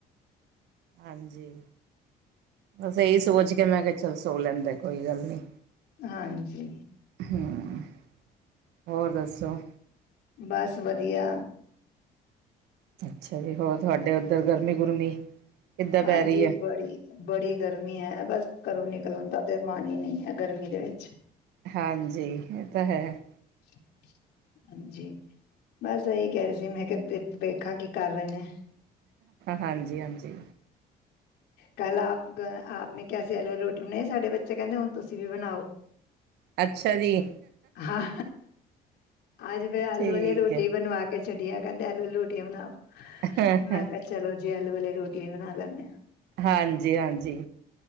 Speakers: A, on the right; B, on the left.
A: ਹਾਂਜੀ ਬਸ ਇਹੀ ਸੋਚ ਕੇ ਮੈਂ ਕਿਹਾ ਚੱਲ ਸੋ ਲੈਂਦੇ ਕੋਈ ਗੱਲ ਨਹੀਂ।
B: ਹਾਂਜੀ
A: ਹੂੰ, ਹੋਰ ਦੱਸੋ?
B: ਬਸ ਵਧੀਆ।
A: ਅੱਛਾ ਜੀ ਹੋਰ ਤੁਹਾਡੇ ਉੱਧਰ ਗਰਮੀ ਗੁਰਮੀ ਕਿੱਦਾਂ
B: ਹਾਂਜੀ
A: ਪੈ ਰਹੀ ਹੈ
B: ਬੜੀ ਬੜੀ ਗਰਮੀ ਹੈ ਬਸ ਘਰੋਂ ਨਿਕਲਣਦਾ ਤੇ ਮਨ ਹੀ ਨੀ ਹੈ ਗਰਮੀ ਦੇ ਵਿੱਚ
A: ਹਾਂਜੀ, ਇਹ ਤਾਂ ਹੈ।
B: ਹਾਂਜੀ, ਬਸ ਇਹੀ ਕਹਿ ਰਹੇ ਸੀ ਮੈਂ ਕਿ ਵੇਖਾ ਕੀ ਕਰ ਰਹੇ ਨੇ
A: ਹਾਂਜੀ-ਹਾਂਜੀ।
B: ਕੱਲ ਆਪ ਆਪ ਨੇ ਆਲੂ ਆਲੋ ਰੋਟੀ ਬਣਾਈ ਸਾਡੇ ਬੱਚੇ ਕਹਿੰਦੇ ਹੁਣ ਤੁਸੀਂ ਵੀ ਬਣਾਓ।
A: ਅੱਛਾ ਜੀ।
B: ਹਾਂ ਅੱਜ ਫੇ ਆਲੂ
A: ਠੀਕ
B: ਵਾਲੀ ਰੋਟੀ ਬਣਵਾ ਕੇ ਛਡੀਆਂ ਕਹਿੰਦੇ ਲ ਲੋੋਟੀਆਂ ਬਣਾਉ।
A: ਹੈ
B: ਮੈਂ ਕਿਹਾ ਚਲੋ। ਜੀ ਆਲੂ ਵਾਲੀਆਂ ਰੋਟੀਆਂ ਵੀ ਬਣਾ ਲੈਂਦੇ ਹਾਂ।
A: ਹਾਂਜੀ-ਹਾਂਜੀ